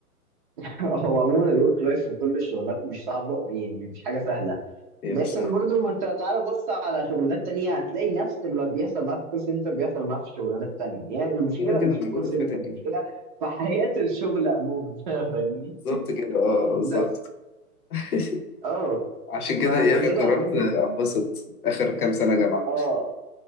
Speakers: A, on the right (about 30°); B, on the left (about 70°).
A: <laughs> هو عموما الورك لايف في كل الشغلات مش صعبه يعني مش حاجه سهله
B: هي
A: لكن
B: مش سهلة
A: برضو ما انت تعالى بص على شغلانات تانية هتلاقي نفس اللي بيحصل معاه في الكول سنتر بيحصل معاه في الشغلانات التانية يعني هي المشكلة
B: كده كده
A: مش
B: موجودة
A: في الكول سنتر
B: في حتت
A: المشكلة
B: كتير
A: في حياة الشغل عموما <laughs> فاهمني
B: بالظبط كده اه بالظبط
A: بس
B: <laughs>
A: اه
B: عشان كده
A: فعشان
B: إيه أنا
A: كده
B: قررت
A: انا برضو
B: أنبسط آخر كام سنة جامعة
A: اه